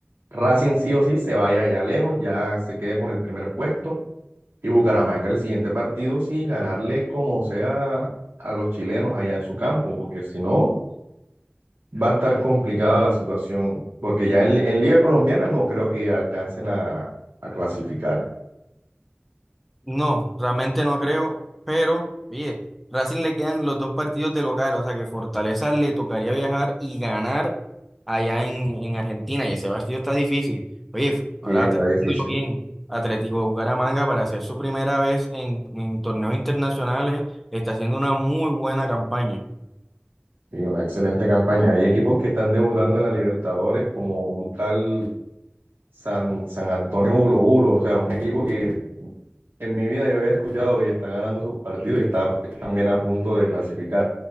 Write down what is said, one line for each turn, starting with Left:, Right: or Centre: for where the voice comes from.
Right: Racing sí o sí se vaya allá lejos, ya se quede con el primer puesto Y Bucaramanga el siguiente partido sí, ganarle como sea a los chilenos allá en su campo, porque si no, va a estar complicada la situación, porque ya en, en Liga Colombiana no creo que alcancen a, a clasificar.
Centre: No, realmente no creo, pero oye, Racing le quedan los dos partidos de local, o sea que Fortaleza le tocaría viajar y ganar allá en, en Argentina, y ese partido está difícil. Oye, ahora
Right: Sí, está
Centre: pensándolo
Right: difícil.
Centre: bien, Atlético de Bucaramanga para hacer su primera vez en, en torneos internacionales está haciendo una muy buena campaña.
Right: Sí, una excelente campaña. Hay equipos que están debutando en la Libertadores, como un tal San, San Antonio Bulo Bulo, o sea, un equipo que en mi vida yo había escuchado y está ganando sus partidos y está también a punto de clasificar.